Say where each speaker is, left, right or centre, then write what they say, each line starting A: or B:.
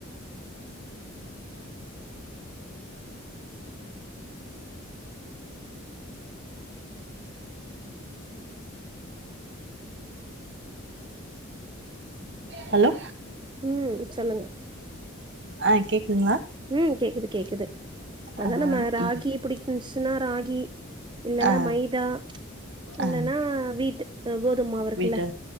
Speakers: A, on the right; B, on the right.
A: ஹலோ
B: ம் சொல்லுங்க
A: ஆ கேக்குதுங்களா
B: ம் கேக்குது கேக்குது அதா
A: ஆ
B: நம்ம
A: ம்
B: ராகி புடிக்குன்ச்சுனா ராகி கி இல்லன்னா
A: ஆ
B: மைதா இல்லன்னா
A: ஆ
B: வீட்டு கோதும்மாவு இருக்குல்ல
A: வீட்டு